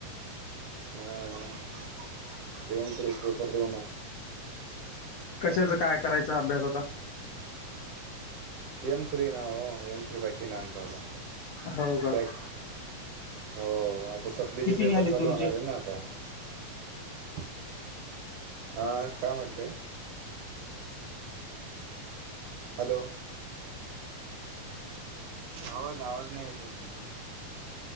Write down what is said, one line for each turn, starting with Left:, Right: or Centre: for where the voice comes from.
Right: हं! उनतरीस पेपर देऊ ना.
Left: कशाच काय, करायचं अभ्यास आता.
Right: एम थ्री, नाव एम थ्री, बाकी ना आमचा वाला.
Left: हो का!
Right: बॅक हो आता सप्लीचे
Left: किती
Right: पेपर
Left: निघाले तुमचे
Right: चालू होणार हे ना आता. <inaudible> हा काय म्हटले? हॅलो! आवाज, आवाज, नाही येत हो तुमचा.